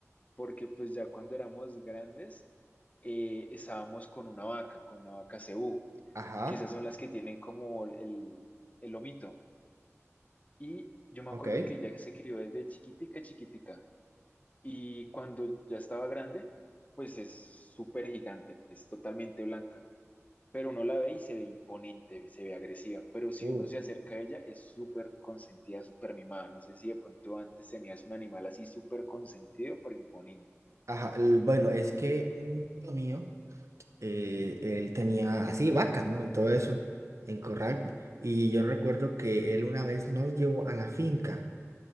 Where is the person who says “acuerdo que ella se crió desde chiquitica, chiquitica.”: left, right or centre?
Left